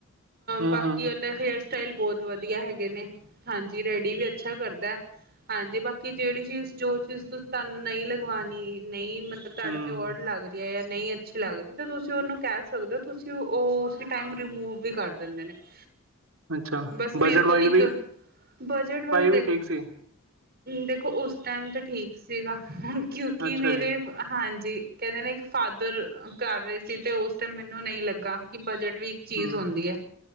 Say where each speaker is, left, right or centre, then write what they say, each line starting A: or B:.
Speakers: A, on the right; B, on the right.
A: ਹੂੰ
B: ਬਾਕੀ
A: ਹੂੰ
B: ਉਹ ਦੇ ਹੇਅਰ ਸਟਾਈਲ ਬਹੁਤ ਵਧੀਆ ਹੈਗੇ ਨੇ। ਜੀ ਰੈਡੀ ਵੀ ਅੱਛਾ ਕਰਦਾ। ਹਾਂਜੀ ਬਾਕੀ ਜਿਹੜੀ ਚੀਜ਼ ਜੋ ਚੀਜ਼ ਤੁਹਾਨੂੰ ਨਹੀਂ ਲਗਵਾਣੀ ਨਹੀਂ ਮਤ। ਤੁਹਾਡੇ
A: ਹੂੰ
B: ਤੇ ਔਡ। ਨਹੀਂ ਅੱਛੀ ਲੱਗਦੀ ਤਾਂ ਤੁਸੀਂ ਉਹਨੂੰ ਕਹਿ ਸਕਦੇ ਓ ਤੁਸੀਂ ਉਹ ਉਸ ਟਾਈਮ ਰਿਮੂਵ ਵੀ ਕਰ ਦਿੰਦੇ ਨੇ। <inaudible>
A: ਅੱਛਾ
B: ਬਸ ਮੇਰੇ
A: ਬਜਟ
B: ਕੋਲ
A: ਵਾਈਜ਼
B: ਇੱਕ
A: ਵੀ।
B: ਬਜਟ ਵਾਈਜ਼ ਦੇਖੋ
A: ਵੀ ਠੀਕ ਸੀ
B: ਦੇਖੋ ਉਸ ਟਾਈਮ ਤੇ ਠੀਕ ਸੀਗਾ। ਕਿਉਂਕਿ
A: ਅੱਛਾ
B: ਮੇਰੇ।
A: ਜੀ
B: ਹਾਂਜੀ ਕਹਿੰਦੇ ਨੇ ਇੱਕ ਫਾਦਰ ਕਰ ਰਹੇ ਸੀ ਤੇ ਉਸ ਟਾਈਮ ਮੈਨੂੰ ਨਹੀਂ ਲੱਗਾ ਕਿ ਬਜਟ ਵੀ। ਚੀਜ਼
A: ਹੂੰ
B: ਹੁੰਦੀ ਏ